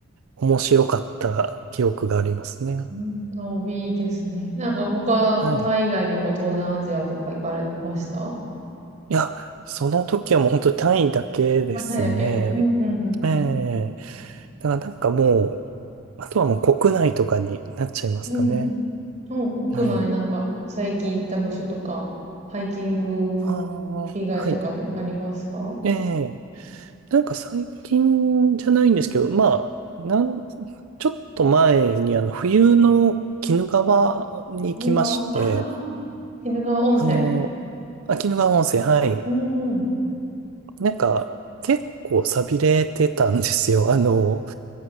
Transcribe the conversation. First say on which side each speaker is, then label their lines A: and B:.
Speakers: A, on the right; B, on the right.
A: 面白かった記憶がありますね。
B: んうんおいいですね。なんか他、
A: はい。
B: タイ以外にも東南アジアとか行かれました
A: いや、その時はもう本当に単位だけですね。
B: あ、タイだけ。うん、うん、うん。
A: ええだからなんかもう、あとはもう国内とかになっちゃいますかね。
B: うん、うん。う国内なんか最近行った場所とか、
A: はい。
B: ハイキング
A: ああ、
B: 以外とかでありますか
A: はい。ええなんか最近じゃないんですけど、まあ、なん、ちょっと前にあの、冬の鬼怒川に行きまして、
B: 鬼怒川、ああ、鬼怒川温泉。
A: あの、あ、鬼怒川温泉、はい。
B: うん。
A: なんか、結構寂れてたんですよ。<laughs> あの、